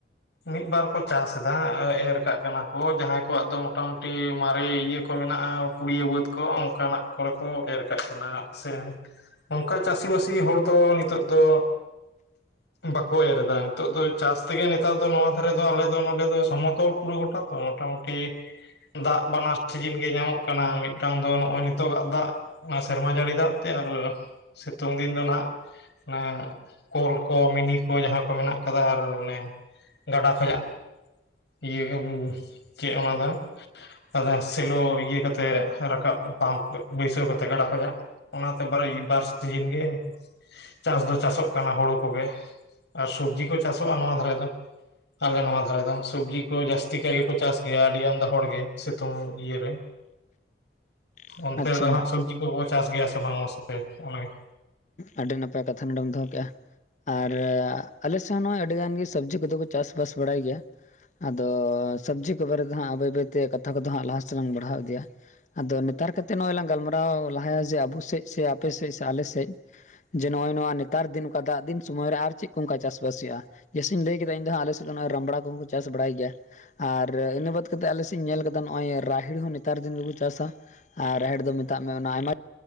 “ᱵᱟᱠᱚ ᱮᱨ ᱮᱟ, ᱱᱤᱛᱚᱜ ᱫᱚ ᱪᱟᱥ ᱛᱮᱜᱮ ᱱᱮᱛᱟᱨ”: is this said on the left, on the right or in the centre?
Left